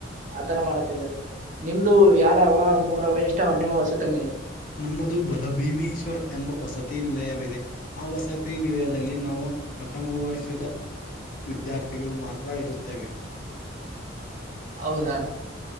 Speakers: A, on the right (about 40°); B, on the left (about 45°).
A: ಆತರ ಮಾಡತ್ತಿದ್ದಾರೆ ನಿಮ್ದು ಎರಡ್ ಅವ ಮೂರ್ ಅವ್ರು ಇಷ್ಟ ಅನ್ನು ಹೊಸುತಂಗೆ.
B: ನಮ್ಮದು ಬಲಭೀಮೇಶ್ವರ ಎಂಬ ವಸತಿ ನಿಲಯವಿದೆ. ಆ ವಸತಿ ನಿಲಯದಲ್ಲಿ ನಾವು ಪ್ರಥಮ ವರ್ಷದ ವಿದ್ಯಾರ್ಥಿಗಳು ಮಾತ್ರ ಇರುತ್ತವೆ.
A: ಹೌದಾ